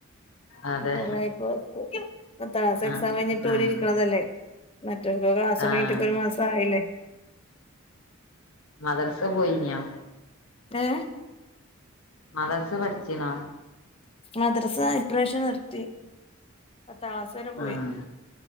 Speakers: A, on the left; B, on the left.
A: അതെ
B: കൊറേപ്പ പത്താം ക്ലാസ് എക്സാം
A: ആഹ്
B: കഴിഞ്ഞിട്ട് പോല
A: ആഹ്
B: ഇരിക്കണതല്ലേ മറ്റർക്കക്ക് ക്ലാസ് തുടങ്ങട്ട്
A: ആഹ്
B: മാസ- ആയില്ലേ
A: മദ്രസ പോയിനോ
B: ഏഹ....
A: മദ്റസ പഠിച്നോ?....
B: മദ്റസ ഇപ്രാവശ്യം നിർത്തി പത്താം ക്ലാസ് വരെ പോയി....
A: ആഹ്